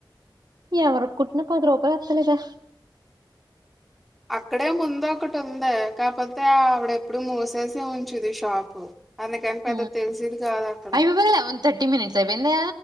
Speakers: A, on the right (about 55°); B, in the centre.
A: ఎవరు కి కుట్టిన పది రూపాయ తెలేదా
B: అక్కడే ముందు ఒకటి ఉంది కాకపోతే ఆవిడ ఎప్పుడు మూసేసి ఉంచిది షాపు అందుకని
A: హ
B: పెద్ద తెలిసేది కాదు అక్కడ
A: అయిమా <inaudible> బల ఒంద థర్టీ మిననిట్స్ అయి బందయా